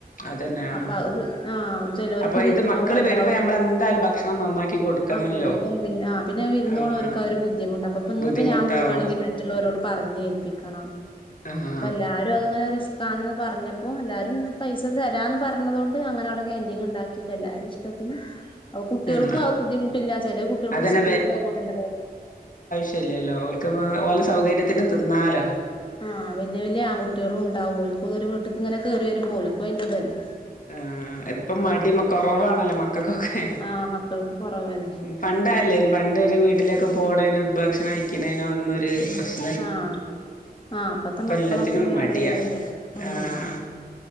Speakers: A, on the left; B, on the left.
A: അതന്നെ ആഹ്
B: അപ്പൊ ആഹ ചിലവർക്ക്
A: അപ്പൊ
B: വിരുന്നോ
A: ഇത് മക്കള്
B: വാൻ ണ്ടാവും
A: വരുമ്പോ നമ്മളെന്തായാലും ഭക്ഷണം നന്നാക്കി കൊടുക്കണല്ലോ
B: ആ കൊടുക്കും പിന്നെ പിന്നെ വിരുന്നോണോര്ക്
A: ആഹ്
B: ആ ഒരു ബുദ്ധിമുട്ട അപ്പ ഇന്ന്
A: ബുദ്ധിമുട്ടാവും
B: പ്പ ഞാൻ പോവാണെങ്കിൽ മറ്റുള്ളോരോട് പറഞ്ഞ ഏൽപ്പിക്കണം
A: ആഹ്
B: അപ്പ എല്ല ങ്ങനെ റിസ്ക് ആണന്ന് പറഞ്ഞപ്പോ എല്ലരും ങ്ങനെ പൈസ തരാന്ന് പറഞ്ഞത കൊണ്ട് അങ്ങനെ അവിടെ കൻറീങ് ഉണ്ടാക്കിട്ട് എല്ലാരും ഇഷ്ടത്തിന് അപ്പൊ കുട്ടികൾക്കും
A: ആഹ്
B: ആ ബുദ്ധിമുട്ടില്ല ചെല കുട്ടികൾക്ക്
A: അതന്നെ
B: സ്കൂൾക്ക് പോകാനുണ്ടാവ
A: ല്ലല്ലോ ഓൽക്ക് ഓലെ സൗകര്യത്തിനന് തിന്നാലോ
B: ആഹ് വല്യ വല്ലിയ ആൺകട്ടികളും ഉണ്ടാവും ഓൽക്കൂ ഒരു വീട്ടക്ക് ഇങ്ങനെ കേറി വരുമ്പോഓൽക്ക് തല്ലേ
A: ആ എപ്പം മടി മ കുറവാണല്ലോ മക്കക്കൊക്കെ
B: ആഹ് മക്കൾക്ക് കൊറവല്ലേ
A: പണ്ട അതല്ലേനി പണ്ടൊ ഒരു വീട്ടിലൊക്കെ പോണേന് ഭക്ഷണം കയ്ക്കുന്നേതിനോ ഒന്നൊരു പ്രശനം
B: ആഹ് ആഹ് ഇപ്പത്തെ മക്കളൊക്കെ
A: എല്ലാത്തിനും
B: വേറെരുതല്ല
A: മടിയാ
B: ഉം
A: ആഹ്